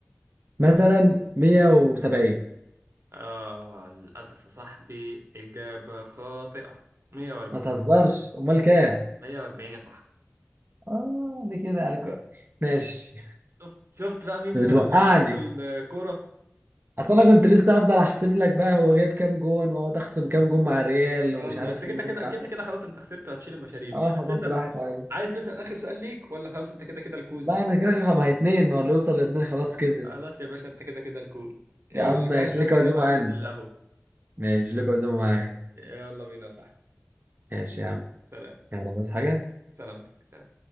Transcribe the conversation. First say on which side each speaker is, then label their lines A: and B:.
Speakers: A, on the right; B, on the right.
A: مثلا 170
B: اه للاسف يا صاحبي اجابه خاطئه 140
A: ما تهزرش امال كام
B: 140 يا صاحبي
A: اه دي كده انا ك- ماشي
B: شفت شفت بقى مين
A: <laughs>
B: فينا
A: بتوقعني
B: اللي مش حلو في الكوره
A: اصل انا كنت لسه هفضل احسب لك بقى هو جايب كام جون واقعد اخصم كام جون مع الريال
B: يلا
A: ومش عارف
B: انت
A: كام
B: كده
A: جون
B: كده
A: مع
B: كده كده خلاص انت خسرت وهتشيل المشاريب
A: اه
B: بس
A: خلاص
B: اسال
A: راحت عليا
B: عايز تسال اخر سؤال ليك ولا خلاص انت كده كده الكوز
A: لا انا كده كده ما هي اتنين ما هو اللي يوصل لاتنين خلاص كسب
B: خلاص يا باشا انت كده كده الكود يلا
A: يا عم ماشي
B: جهز نفسك
A: ليك عزومه
B: يلا عشان
A: عني
B: ننزل القهوة
A: ماشي ليك عزومه معايا
B: يلا بينا يا صاحبي
A: ماشي يا عم
B: سلام
A: يلا بس حاجه
B: سلامتك سلام